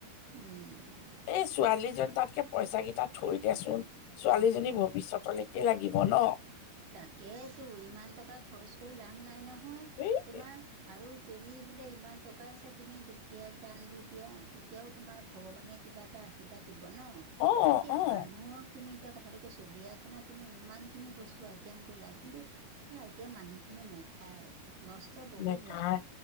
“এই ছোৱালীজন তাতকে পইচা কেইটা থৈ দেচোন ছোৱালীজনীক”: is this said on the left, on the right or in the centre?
Left